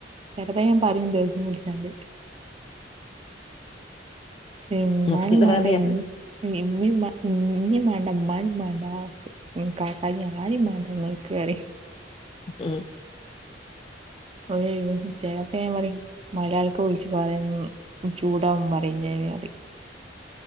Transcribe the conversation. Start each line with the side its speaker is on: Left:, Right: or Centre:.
Right: ചെലപ്പ ഞാൻ പറിം ദേഷ്യം പുട്ച്ചാണ്ട് ഇമ്മാനിം
Left: അപ്പൊ എന്താ
Right: മാണ്ട
Left: പറയാ
Right: ഇനീം ഇമ്മീം മാ ഇന്നിം മാണ്ടാ ഇമ്മാനിം മാണ്ടാ കാക്കാനിം ആരിം മാണ്ട ഇങ്ങള് കേറി
Left: ഉം
Right: ഒര് ചെലപ്പ ഞാൻ പറേം മോയ്ലാളിക്ക് വിളിച്ച് പറേം ചൂടാവും പറിം ഞാനീറയും